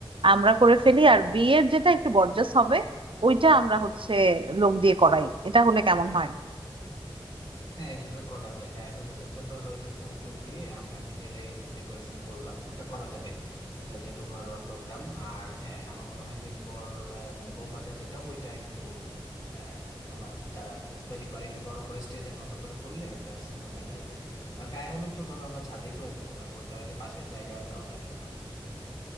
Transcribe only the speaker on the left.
হ্যাঁ এভাবে করা যায় গায়ে হলুদেরটা ধরো ওই যে ফুল টুল দিয়ে আমরা নিজেরাই একটু ডেকোরেশন করলাম ওটা করা যাবে এটা যেহেতু ঘরোয়া প্রোগ্রাম আর হ্যাঁ আমার মনে হয় যে বর আহ, মানে বউ ভাতের যেটা ওইটা একটু আহ, তোমার যারা তৈরি করে একটু বড় করে স্টেজের মতো করে করলে ওটা সুন্দর দেখা যাবে আর কি আর গায়ে হলুদ তো ধরো আমরা ছাদেই করে ফেলতে পারবো ওটা ওই যে পাশের জায়গায়ও যাওয়ার লাগবে না